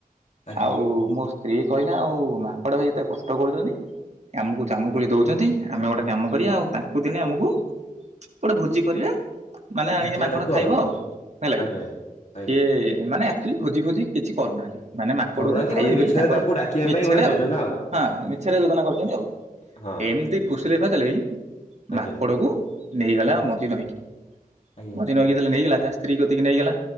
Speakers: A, on the left (about 50°); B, on the right (about 50°).
A: ଆଜ୍ଞା
B: ଆଉ ମୋ ସ୍ତ୍ରୀ କହିଲା ଆଉ ମାଙ୍କଡ ଭାଇ ଏତେ କଷ୍ଟ କରୁଛନ୍ତି ଆମକୁ ଜାମକୁଳି ଦଉଛନ୍ତି ଆମେ ଗୋଟେ କାମ କରିବା ଆଉ ତାଙ୍କୁ ଦିନେ ଆମକୁ ଗୋଟେ ଭୋଜି କରିବା। ମାନେ
A: ଡାକିବା
B: ଆଣିକି ମାଙ୍କଡ
A: ତାଙ୍କୁ
B: ଖାଇବ ଆଉ ହେଲା
A: ଆଜ୍ଞା
B: କି।
A: ଆଜ୍ଞା। ଆଜ୍ଞା
B: ସିଏ ମାନେ ଆକ୍ଚୁଆଲି ଭୋଜି ଫୋଜି କିଛି କରୁନାହାନ୍ତି। ମାନେ ମାଙ୍କଡକୁ
A: କରୁନାହାନ୍ତି
B: ଖାଇବେ
A: ଗୋଟେ ମିଛରେ
B: ବୋଲି ତାଙ୍କର
A: ତାଙ୍କୁ ଡାକିବା
B: ମିଛରେ
A: ପାଇଁ ଗୋଟେ
B: ଆଉ
A: ଯୋଜନା
B: ହଁ ମିଛରେ ଯୋଜନା କରିଛନ୍ତି ଆଉ।
A: ହଁ
B: ଏମତି ଫୁସିଲେଇ ଫାସିଲେଇ
A: ଆଜ୍ଞା
B: ମାଙ୍କଡକୁ ନେଇଗଲା ମଝି ନଈକି
A: ଆଜ୍ଞା
B: ମଝି ନଈକି ଯେବେ ନେଇଗଲା ତା ସ୍ତ୍ରୀ କତିକି ନେଇଗଲା।